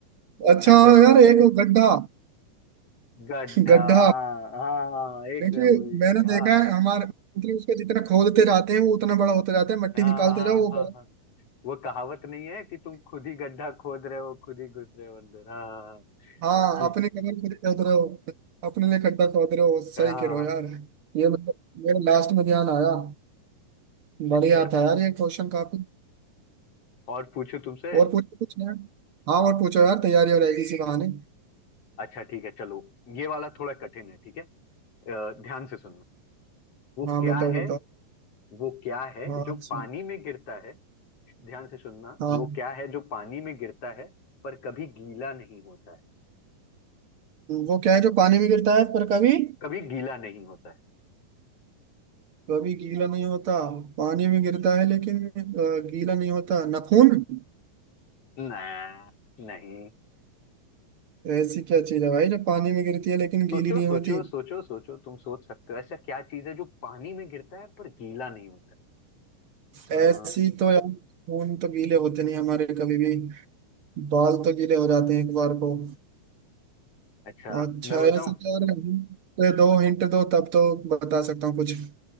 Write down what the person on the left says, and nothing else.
अच्छा अच्छा
गड्ढा
हाँ हाँ हाँ, हाँ, एक
हाँ
हाँ
हाँ
हाँ
हाँ
हाँ वो कहावत नहीं है कि तुम खुद ही गड्ढा खोद रहे हो खुद ही घुस रहे हो अंदर हाँ हाँ हाँ,
ठीक
है, हाँ
हाँ
अच्छा
और पूछूं तुमसे
अच्छा ठीक है चलो ये वाला थोड़ा कठिन है ठीक है अ, ध्यान से सुनना वो
क्या
है
वो क्या है
जो
पानी में गिरता है ध्यान से सुनना
वो क्या है जो पानी में गिरता है पर कभी गीला नहीं होता है
कभी गीला नहीं होता है
ना नहीं
सोचो
सोचो
सोचो सोचो तुम सोच सकते हो ऐसा क्या चीज है जो पानी में गिरता है पर गीला नहीं होता है
अ,
अच्छा
मैं बताऊं